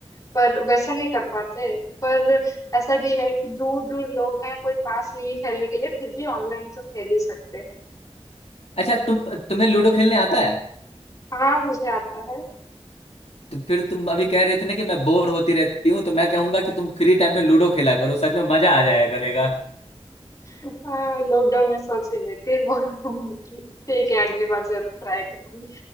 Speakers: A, on the left; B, on the left.
A: पर वैसे नहीं कर पाते पर ऐसा भी है कि दूर दूर लोग हैं कोई पास नहीं है खेलने के लिए फिर भी ऑनलाइन तो खेल ही सकते हैं
B: अच्छा तुम तुम्हें लूडो खेलने आता है
A: हाँ मुझे आता है
B: तो फिर तुम अभी कह रहे थे ना कि मैं बोर होती रहती हूँ तो मैं कहूंगा कि तुम फ्री टाइम में लूडो खेला करो सच में मजा आ जाया करेगा
A: हाँ लॉकडाउन में सोच ही नहीं थी बोल- ठीक है अगली बार जरूर ट्राई करूंगी